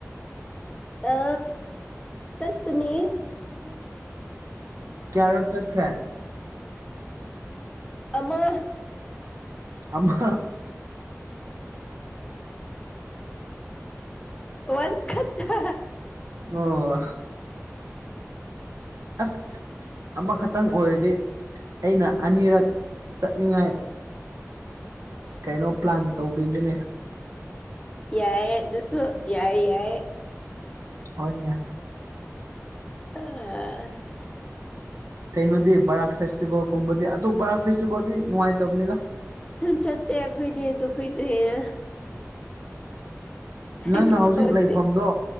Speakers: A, on the left; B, on the right.
A: ꯑ ꯆꯠꯄꯅꯤ ꯃ ꯍꯗ
B: ꯀꯌꯥꯔꯠ ꯆꯠꯈ꯭ꯔꯦ
A: ꯑꯃ
B: ꯑꯃ
A: ꯋꯥꯟꯁ ꯈꯠꯇ
B: ꯑꯣ ꯑꯁ ꯑꯃꯈꯛꯇꯪ ꯑꯣꯏꯔꯗꯤ ꯑꯩꯅ ꯑꯅꯤꯔꯛ ꯆꯠꯅꯤꯡꯉꯥꯏ ꯀꯩꯅꯣ ꯄ꯭ꯂꯥꯟ ꯇꯧꯕꯤꯒꯤꯅꯦ
A: ꯌꯥꯏꯌꯦ ꯑꯗꯨꯁꯨ ꯌꯥꯏ ꯌꯥꯏ
B: ꯍꯣꯏꯅꯦ
A: <unintelligible>
B: ꯀꯩꯅꯣꯗꯤ ꯕꯔꯥꯛ ꯐꯦꯁꯇꯤꯚꯦꯜꯒꯨꯝꯕꯗꯤ ꯑꯗꯨꯣ ꯕꯔꯥꯛ ꯐꯦꯁꯇꯤꯚꯦꯜꯗꯤ ꯅꯨꯡꯉꯥꯏꯇꯕꯅꯤꯗ
A: ꯆꯠꯇꯦ ꯈꯣꯏꯗꯦ ꯑꯗꯨ ꯈꯣꯏꯗꯦꯌꯦꯦ ꯑꯩ
B: ꯅꯪꯅ ꯍꯧꯖꯤꯛ
A: ꯀꯁꯦ
B: ꯂꯩꯐꯝꯗꯣ